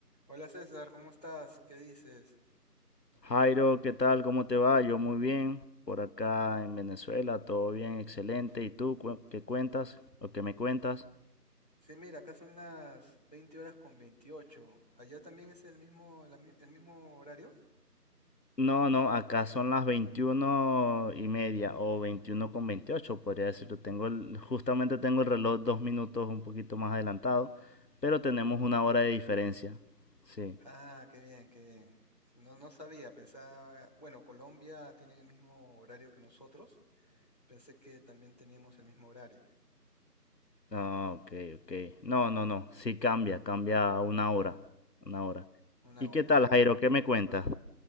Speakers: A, on the left; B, on the left.
A: Hola César, ¿cómo estás? ¿Qué dices?
B: Jairo, ¿qué tal? ¿Cómo te va? Yo muy bien. Por acá en Venezuela, todo bien, excelente. ¿Y tú cu- qué cuentas o qué me cuentas?
A: Sí, mira, acá son las 20 horas con 28. ¿Allá también es el mismo, la mi- el mismo horario?
B: No, no, acá son las 21 y media o 21 con 28, podría decirlo. Tengo el- justamente tengo el reloj dos minutos un poquito más adelantado, pero tenemos una hora de diferencia. Sí.
A: Ah, qué bien, qué bien. No, no sabía, pensaba, bueno, Colombia tienen el mismo horario que nosotros. Pensé que también teníamos el mismo horario,
B: No, ok, ok. No, no, no. Sí cambia, cambia una hora. Una hora.
A: una
B: ¿Y
A: hora,
B: qué tal,
A: ¿no?
B: Jairo? ¿Qué me cuentas?